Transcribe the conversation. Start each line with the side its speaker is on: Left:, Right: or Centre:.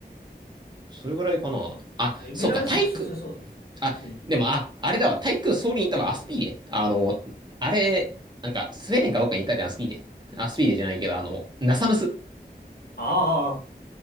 Right: それぐらいかなあ、
Left: まあエメラルシクソ強そうだな。
Right: そうか、対空、あ、
Left: 普通に。
Right: でも、あ、あれだわ。対空ソウルに行ったわ。アスピーレ。あの、あれ、なんか、スウェーデンかどっかに行ったじゃん、アスピーレ。アスピーレじゃないけど、あの、ナサムス。
Left: ああ、